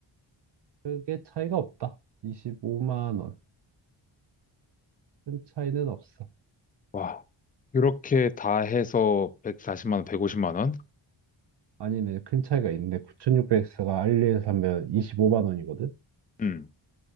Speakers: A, on the right; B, on the left.
A: 크게 차이가 없다. 25만 원. 큰 차이는 없어.
B: 와, 이렇게 다 해서 140만 원, 150만 원?
A: 아니네, 큰 차이가 있네. 9600X가 알리에서 사면 25만 원이거든?
B: 음,